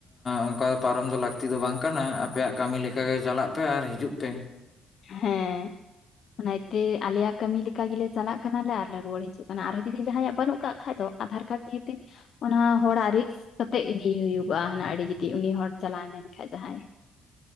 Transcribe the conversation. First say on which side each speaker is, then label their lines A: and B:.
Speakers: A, on the left (about 35°); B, on the left (about 60°).
A: ᱚᱱᱠᱟ ᱯᱟᱨᱚᱢ ᱫᱚ ᱞᱟᱹᱠᱛᱤ ᱫᱚ ᱵᱟᱝ ᱠᱟᱱᱟ ᱟᱯᱮᱭᱟᱜ ᱠᱟᱹᱢᱤ ᱞᱮᱠᱟᱜᱮ ᱪᱟᱞᱟᱜ ᱯᱮ ᱟᱨ ᱦᱤᱡᱩᱜ ᱯᱮ᱾
B: ᱦᱮᱸ ᱱᱟᱭᱛᱮ ᱟᱞᱮᱭᱟᱜ ᱠᱟᱹᱢᱤ ᱞᱮᱠᱟ ᱜᱮᱞᱮ ᱪᱟᱞᱟᱜ ᱠᱟᱱᱟᱞᱮ ᱟᱨᱞᱮ ᱨᱩᱣᱟᱹᱲ ᱦᱤᱡᱩᱜ ᱠᱟᱱᱟ ᱟᱨᱦᱚᱸ ᱡᱩᱫᱤ ᱡᱟᱦᱟᱸᱭᱟᱜ ᱵᱟᱹᱱᱩᱜ ᱠᱟᱜ ᱠᱷᱟᱡ ᱫᱚ ᱟᱫᱷᱟᱨ ᱠᱟᱨᱰ <inaudible> ᱚᱱᱟ ᱦᱚᱲᱟᱜ ᱨᱤᱠᱥ ᱠᱟᱛᱮᱜ ᱤᱫᱤ ᱮ ᱦᱩᱭᱩᱜᱚᱜᱼᱟ ᱦᱟᱱᱟ ᱟᱹᱰᱤ ᱡᱩᱫᱤ ᱩᱱᱤ ᱦᱚᱲ ᱪᱟᱞᱟᱣ ᱢᱮᱱᱠᱟᱱᱡ ᱡᱟᱦᱟᱸᱭ᱾